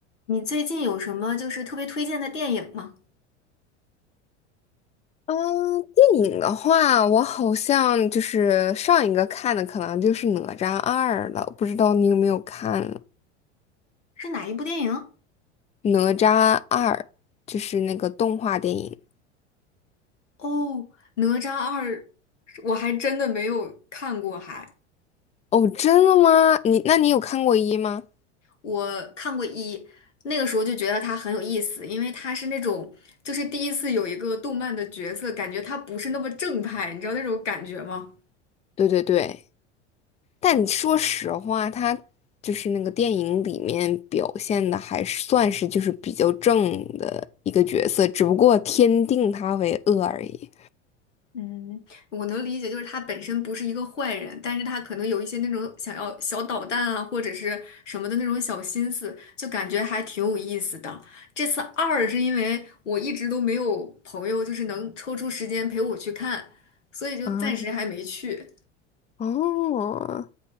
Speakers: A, on the left; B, on the left.
A: 你最近有什么就是特别推荐的电影吗？
B: 嗯，电影的话，我好像就是上一个看的可能就是《哪吒二》了，不知道你有没有看
A: 是哪一部电影？
B: 《哪吒二》，就是那个动画电影。
A: 哦，《哪吒二》，我还真的没有看过还，
B: 哦，真的吗？你那你有看过一吗？
A: 我看过一，那个时候就觉得它很有意思，因为它是那种就是第一次有一个动漫的角色，感觉它不是那么正派，你知道那种感觉吗？
B: 对对对，但你说实话，它就是那个电影里面表现的还是算是就是比较正的一个角色，只不过天定他为恶而已。
A: 嗯，我能理解，就是他本身不是一个坏人，但是他可能有一些那种想要小捣蛋啊，或者是什么的那种小心思，就感觉还挺有意思的。这次二是因为我一直都没有朋友，就是能抽出时间陪我去看，所以就暂时还没去。
B: 啊，哦。